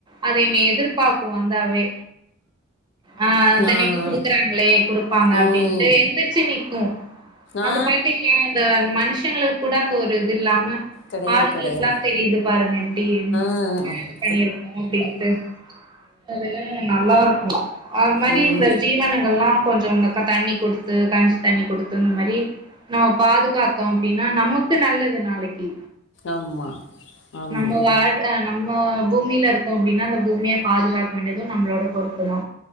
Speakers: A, on the right; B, on the left.
A: அது என்னைய எதிர்பார்க்கு வந்தாவே ஆ தெனைக்கு
B: ஆ.
A: குடுக்குறாங்களே குடுப்பாங்க அப்டின்ட்டு
B: ம்.
A: எந்திரிச்சு நிக்கு அது
B: ஆ.
A: பாத்தீங்கலா அந்த மனுஷங்களுக்கு கூட அந்த ஒரு இது இல்லாம
B: கெடையாது,
A: ஆடுங்களுக்குலா
B: கெடையாது.
A: தெரியுது பாருங்க எப்டின்
B: ஆ ஆ அ
A: பண்ணிருக்கோ அப்டின்ட்டு அதெல்லா நல்லா இருக்கு அது மாரி
B: ம்.
A: இந்த ஜீவனங்கள்லா கொஞ்சம் <unintelligible> தண்ணி குடுத்து கஞ்சி தண்ணி குடுத்து இந்த மாரி நம்ம பாதுகாத்தோ அப்டினா நமக்கு நல்லது நாளைக்கி
B: ஆமா. ஆமா.
A: நம்ம வாழ் ஆ நம்ம பூமியில இருக்கோ அப்டினா அந்த பூமிய பாதுகாக்க வேண்டியதும் நம்மளோட பொறுப்புதா